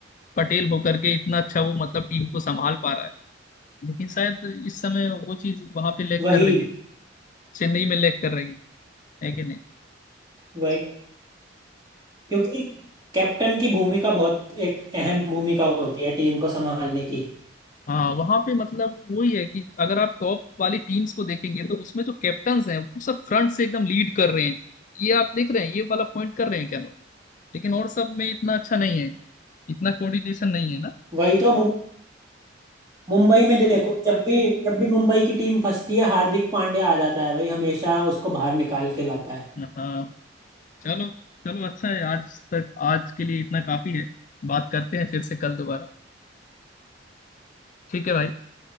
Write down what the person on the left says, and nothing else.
पटेल होकर के इतना अच्छा वो मतलब टीम को संभाल पा रहा है लेकिन शायद इस समय वो चीज वहां पे लैग
कर रही है चेन्नई में लैग कर रही है है कि नहीं
हाँ वहां पे मतलब वही है कि अगर आप टॉप वाली टीम्स को देखेंगे तो उसमें जो कैप्टन्स हैं वो सब फ्रंट से एकदम लीड कर रहे हैं ये आप देख रहे हैं ये वाला पॉइंट कर रहे हैं क्या लोग लेकिन और सब में इतना अच्छा नहीं है इतना कोऑर्डिनेशन नहीं है ना
हाँ चलो चलो अच्छा है आज तक आज के लिए इतना काफी है बात करते हैं फिर से कल दोबारा ठीक है भाई